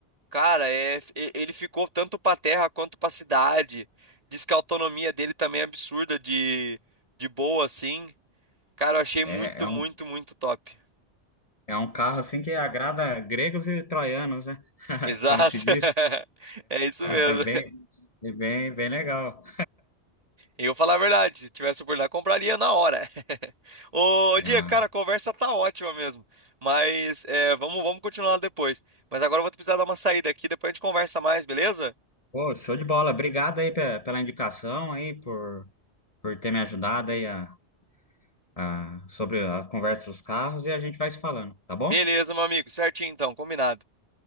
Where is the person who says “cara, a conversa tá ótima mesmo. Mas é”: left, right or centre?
Right